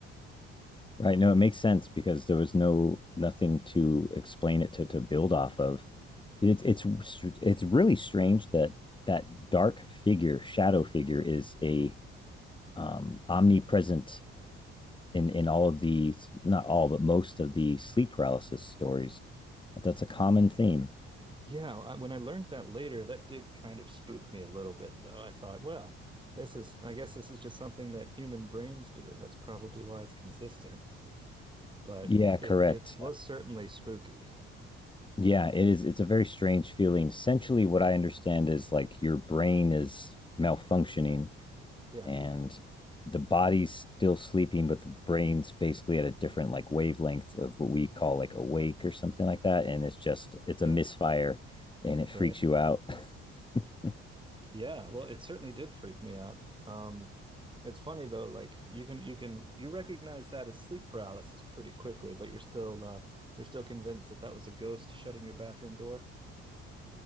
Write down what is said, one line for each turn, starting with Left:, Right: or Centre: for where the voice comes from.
Left: right. No, it makes sense because there was no nothing to explain it to to build off of. It's it's it's really strange that that dark figure, shadow figure, is a um, omnipresent in in all of the not all but most of the sleep paralysis stories that's a common theme
Right: Yeah, I, when I learned that later, that did kind of spook me a little bit, though. I thought, well, this is, I guess this is just something that human brains do. That's probably why it's consistent, but
Left: yeah correct
Right: it it was certainly spooky.
Left: yeah it is it's a very strange feeling essentially what i understand is like your brain is malfunctioning
Right: Yeah,
Left: and the body's still sleeping, but the brain's basically at a different like wavelength of what we call like awake or something like that. And it's just it's
Right: yeah,
Left: a misfire and it freaks
Right: right.
Left: you out. <laughs>
Right: Yeah, well, it certainly did freak me out. Um, it's funny though, like you can you can you recognize that as sleep paralysis pretty quickly, but you're still uh, you're still convinced that that was a ghost shutting your bathroom door.